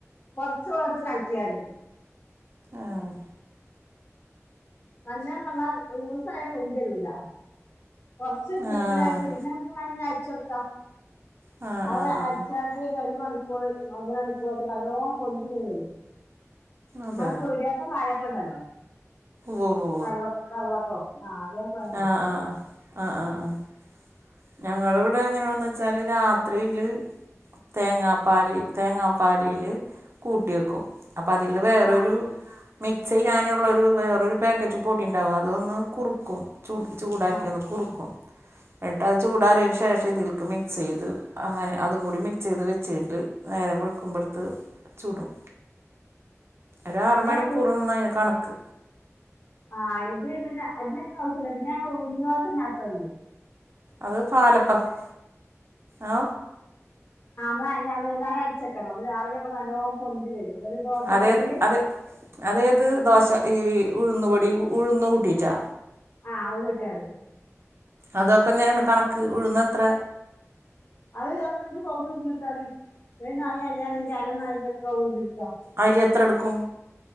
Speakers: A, on the left; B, on the right.
A: കൊറച്ച് വള്ളത്ത് കലക്കിയാ തി
B: ആഹ്
A: നല്ലോ വള്ളം ലൂസായാ പെന്തി രൂല്ല കുറച്ച് തിക്ക്
B: ആഹ്
A: ലായിട്ട് പിന്നെ നമ്മക്ക് മാണങ്കി അയച്ചോട്ക്കാ
B: ആഹ്
A: അഹ്
B: ആഹ് ആഹ്
A: അരച്ചാ <unintelligible> ഒര് മണിക്കൂർ ഒന്നര ണി <unintelligible> നല്ലോം പൊന്തി ങ്ങട്ട് വരും
B: അതെ
A: മ്മളെ പീടെത്തെ പാലപ്പണ്ടല്ലോ
B: വ്വ് വ്വോ
A: വെള്ള വെള്ളപ്പം ആ അതാ പർ
B: ആ ആ ആ ആ ആ ആ ഞങ്ങള ഇവിടെ എങ്ങനെ ന്ന് വെച്ചാല് രാത്രിയില് തേങ്ങാപ്പാല് തേങ്ങാപ്പാലില് കൂട്ടി വെക്കും അപ്പം അതില് വേറൊരു
A: ആ
B: മിക്സ് ചെയ്യാനുള്ളൊരു വേറൊരു പാക്കറ്റ് പൊടിണ്ടാവും അതൊന്ന് കുറുക്കും ചു ചൂടാക്കി
A: ആ
B: ഒന്ന് കുറുക്കും ങ്ങട്ടാ ആ ചൂ ടാറിയേന് ശേഷം ഇതിൽക്ക് മിക്സെയ്ത് അങ്ങനെ അതും കൂടി മിക്സെയ്ത് വെച്ചിട്ട് നേരം വഴുക്കുമ്പോഴ്ക്ക് ചൂടും ഒരാറ്
A: അങ്ങനെ
B: മണിക്കൂർ ന്നാ അയിന് കണക്ക്
A: ആഹ് ഇത്പിന്നെ ഇത് ഔസ്യല്ല പിന്നെ ങ്ങള് ഉയ്ന്ന് ദോശ ണ്ടാക്കൽണ്ട് <unintelligible> <unintelligible>
B: അത് പാലപ്പം ആ
A: വൈന്നാരം അരച്ചക്കണ രാവിലെ ആവുമ്പം നല്ലോ പൊന്തി വരും. ഒരു ദോശക്കല്ലില്
B: അതെത് അതെ അതേത് ദോശ ഈ ഉഴുന്ന് പൊടി ഉഴുന്നു കൂട്ടിട്ടാ
A: ആഹ് ഉയ്ന്ന്ണ്ടായാണ്ട്
B: അത് അപ്പം എങ്ങനെണ് കണക്ക് ഉഴുന്നത്ര
A: അത് നമ്മള് ആയിന്റെ പകുതി ഉയ്ന്ന് ട്ത്താ മതി ഒര് നാഴി അരിയാണങ്കി അരനാഴിന്റെപൗതി ട്ക്കാ
B: അരി എത്ര ട്ക്കും